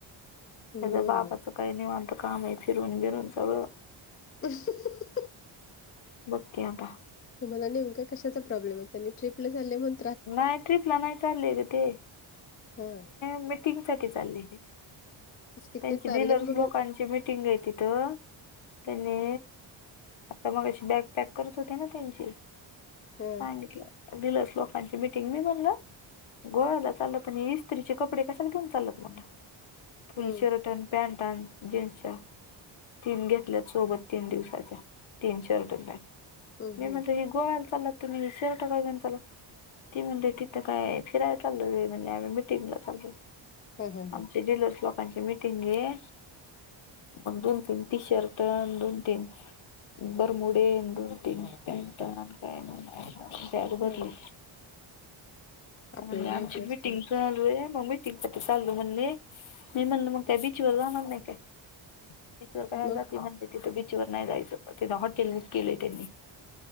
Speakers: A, on the left; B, on the left.
A: हम्म.
B: त्याच्या बाबाचं काही निवनत कामही फिरून बिरून सगळं
A: ह
B: बक्या का
A: तुम्हाला नेमका कशाचा प्रॉब्लेम आहे आणि ट्रप ला झा म्हण
B: नाही ट्रिपला नाही चाललीय का ते
A: हम
B: ंग चा त्यां
A: तेच कि ते चाललेत
B: ड
A: म्हणून
B: लोकां टिंगाय तथ त्याने आता मग अशी बॅग पॅक करत होते ना त्यांची सांगितलं
A: हा
B: दिलंस लोकांची मीटिंग मी म्हणलं गोव्याला चाललं तरस् तरीचे कपडे कशाने घेऊन चालत म्हणलं फुल
A: हम्म
B: शर्ट न पॅन्टा न जीन्सच्या तीन घेतल्या सोबत तीन दिवसाच्या तीन शर्ट पॅन्ट
A: हम्म
B: मी
A: हम्म
B: म्हणजे ह गोव्याला चालला तुम्ही ह शिरटा का चाला ती म्हणजे तिथ काय फिरायला चालय म्हणे आम्ही मिटिंगला चालू आहे
A: हा हा हा.
B: आमचे डीललर्स ची मिीटिंग घे मग दोन तीन टी शर्ट दोन तीन बर मुडी द तीन पेट काय न भरली
A: हा आपल्याला
B: म्हणजे
A: माहित
B: आमची
A: नसत्या
B: मीटिंग! चालू रे मग मी टकप चालू म्हणले मी म्हणल मग काय बीच वर जाणार नाही काय बीचवर कयला
A: मग
B: जाती म्हणते तिथं बीचवर नाही जायचं तिथं हॉटेल ग केलंय त्यांनी. !!!